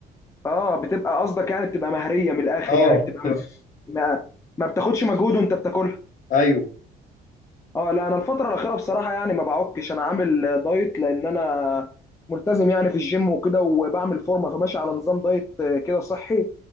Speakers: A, on the left; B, on the left.
A: اه بتبقى قصدك يعني بتبقى مهريه من الاخر
B: اه
A: يعني بتبقى
B: تبقى-
A: ما, ما بتاخدش مجهود وانت بتاكلها
B: ايوه
A: اه لا انا الفتره الاخيره بصراحه يعني ما بعكش انا عامل دايت لان انا ملتزم يعني في الجيم وكده وبعمل فورمه فماشي على نظام دايت كده صحي